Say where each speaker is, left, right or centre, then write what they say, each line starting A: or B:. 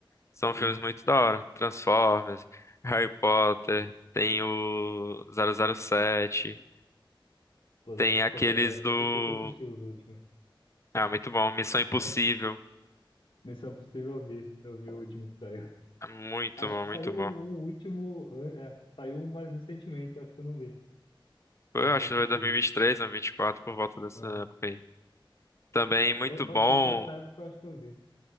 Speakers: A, on the left; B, on the left.
A: São
B: sim.
A: filmes muito da hora. Transformers, Harry Potter, tem o 007,
B: Pô,
A: tem
B: Zé-
A: aqueles
B: pô, Zé, já até
A: do...
B: tem que assistir os últimos.
A: Ah, muito bom. Missão Impossível.
B: Olha, Missão Possível eu vi, eu vi o último que saiu.
A: É Muito
B: Acho
A: bom,
B: que saiu
A: muito bom.
B: um um último. É, saiu um mais recentemente, eu acho que eu não vi.
A: Eu
B: Missão
A: acho
B: Impossível.
A: que foi 2023, 2024, por volta dessa
B: É,
A: época aí. Também
B: mas,
A: muito
B: ou- ou
A: bom,
B: se for essa época, eu acho que eu vi.